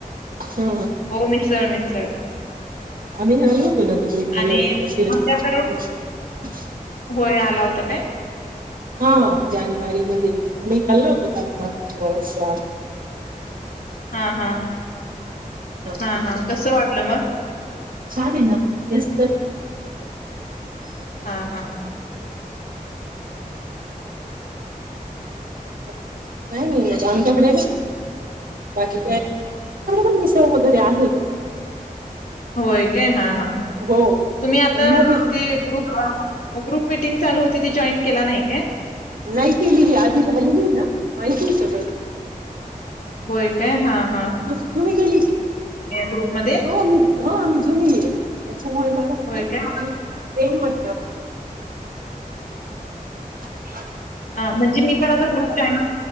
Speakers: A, on the right (about 70°); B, on the left (about 80°).
A: ह
B: हो मिसळ मिसळ
A: आम्ही आलो होतो ना तिकडे कोल्हापूरला
B: आणि
A: फिरायला
B: तुमच्याकडे होय आला होता काय
A: हा जानेवारी मध्ये आम्ही खाल्लो होतो तांबडा पांढरा रसा
B: हा हा
A: होता.
B: हा हा कस वाट म
A: छान आहे ना टेस्ट
B: हा हा
A: काय हे आमच्याकडे ना बाकी पण मिसळ वगैरे आहे
B: होय काय हा हा
A: हो
B: तुम्ही आता
A: पण मग हे
B: ते गुप ग्रुप मटिंग चालू होती त जॉईन केला नाइ का का
A: नाही के केलीली आधी झालेली आहे ना माहितीय सगळं
B: होय काय हा
A: तुम्ही केली
B: ग्रुपमध्ये?
A: हो मी हो मी जुनीय त्याच्यामुळे मला तेच
B: होय काय?
A: प्रेट <unintelligible>
B: आ म्हणजे मी पण आता ग्रुप जॉईन